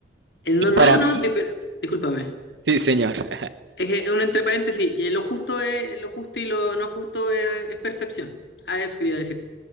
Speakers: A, on the left; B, on the right.
A: Eh, No,
B: Y
A: no,
B: para
A: no,
B: mí,
A: di- discúlpame.
B: Sí, señor. <laughs>
A: Es que, un entre paréntesis, eh, lo justo es, lo justo y lo no justo es, es percepción. Ah, eso quería decir.